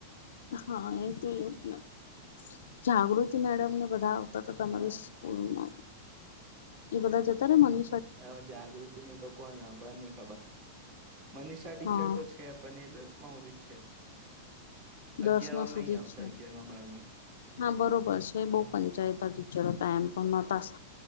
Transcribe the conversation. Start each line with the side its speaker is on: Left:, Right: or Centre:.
Left: હા એ તો એવું ને જાગૃતિ મેડમ ને બધા તો તો
Right: હા
Left: તમારી સ્કૂલનો એ બધા જતાને મન
Right: હા જાગૃતિ ની તો કોણ આપણને નહી ખબર. મનીષા ટીચર
Left: હા
Right: તો છે પણ એ દસ માં હુદી છે. અગિયારમાં
Left: દસમાં સુધી
Right: નહીં આવતા
Left: જ છે
Right: અગિયારમાં બારમાં
Left: હા બરોબર છે
Right: હમ
Left: બો ફાઇન જાય <unintelligible> ચાલો ટાઈમ પણ <unintelligible>